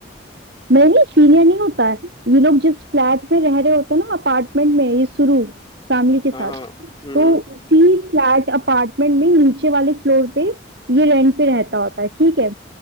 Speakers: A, on the right; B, on the left.
A: नहीं सीनियर नहीं होता है ये लोग जिस फ्लैट में रह रहे होते हैं ना अपार्टमेंट में ये शुरू फैमिली के साथ
B: हाँ हाँ हम्म
A: तो उसी फ्लैट अपार्टमेंट में नीचे वाले फ्लोर पे ये रेंट पे रहता होता है ठीक है